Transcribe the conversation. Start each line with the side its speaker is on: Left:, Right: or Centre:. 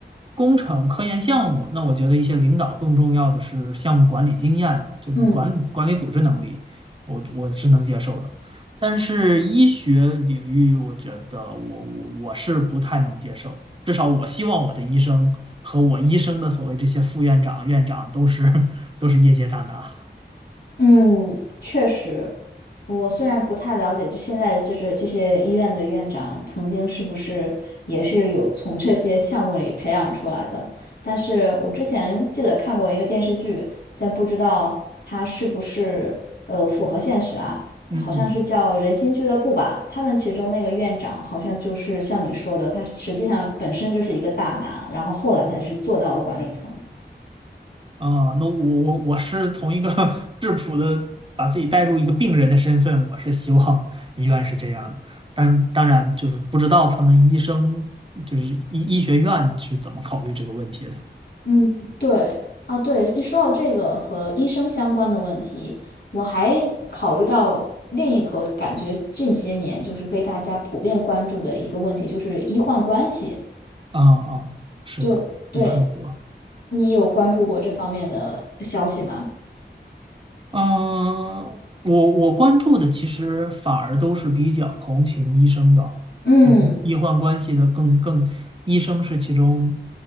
Right: 工程科研项目，那我觉得一些领导更重要的是项目管理经验，这种管理管理组织能力，
Left: 嗯。
Right: 我我是能接受的。但是医学领域，我觉得我我我是不太能接受，至少我希望我的医生和我医生的所谓这些副院长、院长都是 <laughs> 都是业界大拿。
Left: 嗯，确实，我虽然不太了解，就现在这这这些医院的院长曾经是不是也是有从这些项目里培养出来的，但是我之前记得看过一个电视剧，但不知道它是不是呃符合现实啊？它好像是叫《人心俱乐部》吧，
Right: 嗯。
Left: 他们其中那个院长好像就是像你说的，他实际上本身就是一个大拿，然后后来才是做到了管理层。
Right: 啊，那我我我是从一个 <laughs> 质朴的，把自己带入一个病人的身份，我是希望 <laughs> 医院是这样的，但当然就是不知道他们医生就是医医学院是怎么考虑这个问题的。
Left: 嗯，对，啊，对，一说到这个和医生相关的问题，我还考虑到另一个感觉近些年就是被大家普遍关注的一个问题，就是医患关系。
Right: 啊啊，是的，
Left: 就对
Right: 也很火。
Left: 你有关注过这方面的消息吗？
Right: 嗯，我我关注的其实反而都是比较同情医生的，
Left: 嗯，
Right: 就是医患关系的更更，医生是其中